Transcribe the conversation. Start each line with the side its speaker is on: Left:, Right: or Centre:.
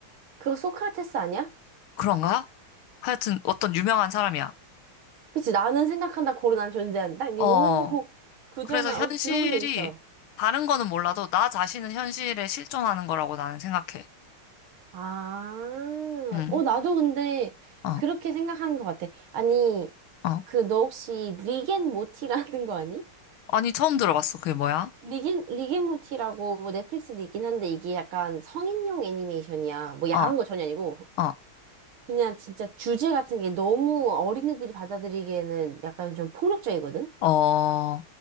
Right: 그거 소크라테스 아니야?
Left: 그런가? 하여튼 어떤 유명한 사람이야.
Right: 그치, 나는 생각한다, 고로 난 존재한다. 이
Left: 어,
Right: 오, 구절만
Left: 그래서 현실이,
Right: 어디서 들어본 적 있어.
Left: 다른 거는 몰라도 나 자신은 현실에 실존하는 거라고 나는 생각해.
Right: 아,
Left: 응,
Right: 어, 나도 근데
Left: 어,
Right: 그렇게 생각하는 것 같아. 아니,
Left: 어.
Right: 그, 너 혹시 리겐 모티라는 <laughs> 거 아니?
Left: 아니, 처음 들어봤어. 그게 뭐야?
Right: 리겐, 리겐 모티라고 뭐 넷플릭스도 있긴 한데 이게 약간 성인용 애니메이션이야. 뭐 야한
Left: 어,
Right: 거 전혀 아니고.
Left: 어,
Right: 그냥 진짜 주제 같은 게 너무 어린애들이 받아들이기에는 약간 좀 폭력적이거든?
Left: 어,